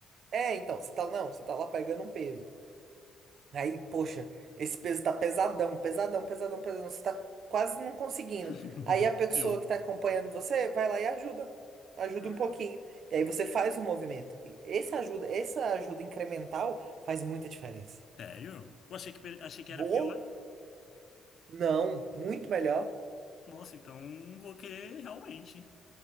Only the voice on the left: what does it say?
<laughs>
Eu.
Ah,
sério? Eu achei que, pe- achei que
era pior.
Nossa, então vou querer realmente.